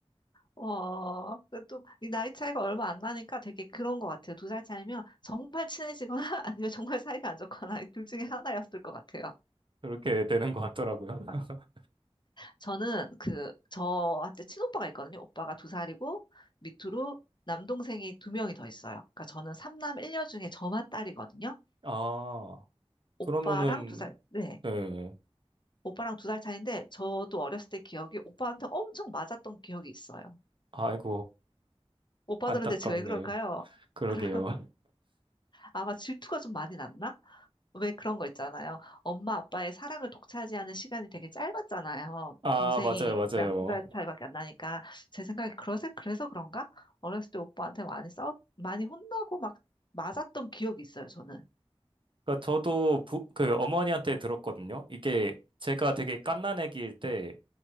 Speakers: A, on the left; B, on the right.
A: 어, 또, 이 나이 차이가 얼마 안 나니까 되게 그런 것 같아요. 두 살 차이면 정말 친해지거나 <laughs> 아니면 정말 사이가 안 좋거나 이둘 중에 하나였을 것 같아요.
B: 그렇게 되는 것 같더라고요. <laughs>
A: 저는 그, 저한테 친오빠가 있거든요. 오빠가 두 살이고 밑으로 남동생이 두 명이 더 있어요. 그러니까 저는 삼남 일녀 중에 저만 딸이거든요.
B: 아,
A: 오빠랑
B: 그러면은
A: 두 살, 네.
B: 네.
A: 오빠랑 두 살 차이인데, 저도 어렸을 때 기억이 오빠한테 엄청 맞았던 기억이 있어요.
B: 아이고
A: 오빠들은
B: 안타깝네요.
A: 대체 왜 그럴까요?
B: 그러게요.
A: 그래, 아마 질투가 좀 많이 났나? 왜 그런 거 있잖아요. 엄마 아빠의 사랑을 독차지하는 시간이 되게 짧았잖아요.
B: 아,
A: 동생이랑
B: 맞아요, 맞아요.
A: 두 살 차이밖에 안 나니까. 제 생각에 그래서, 그래서 그런가? 어렸을 때 오빠한테 많이 싸웠, 많이 혼나고 막 맞았던 기억이 있어요, 저는.
B: 그러니까 저도 부, 그 어머니한테 들었거든요. 이게 제가 되게 갓난 애기일때